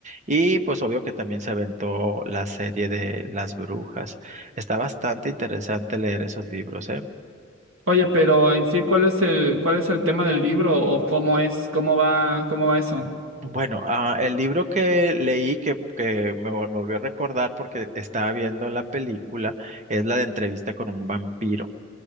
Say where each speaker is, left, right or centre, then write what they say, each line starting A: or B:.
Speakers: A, on the right; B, on the right.
A: y pues obvio que también se aventó la serie de las brujas. Está bastante interesante leer esos libros, ¿eh?
B: Oye, pero en sí, ¿cuál es el, cuál es el tema del libro o cómo es, cómo va, cómo va eso?
A: Bueno, ah, el libro que leí que, que me, vol- me volvió a recordar porque estaba viendo la película es la de Entrevista con un vampiro.